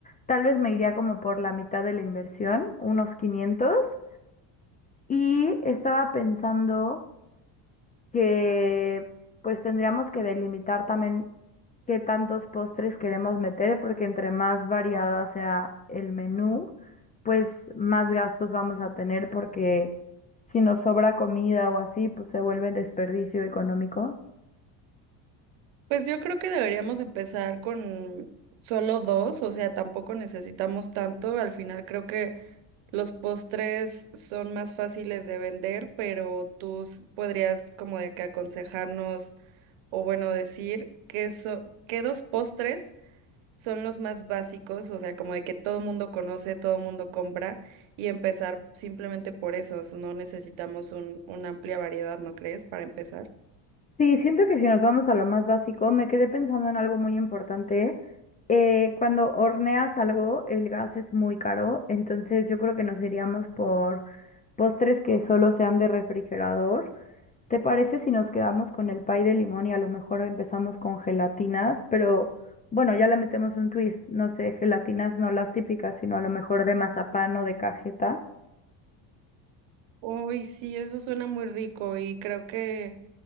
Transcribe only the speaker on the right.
Pues yo creo que deberíamos empezar con solo dos, o sea, tampoco necesitamos tanto, al final creo que Los postres son más fáciles de vender, pero tú s- podrías como de que aconsejarnos o bueno decir que so- qué dos postres son los más básicos, o sea, como de que todo el mundo conoce, todo el mundo compra y empezar simplemente por esos. No necesitamos un, una amplia variedad, ¿no crees? Para empezar.
Uy, sí, eso suena muy rico y creo que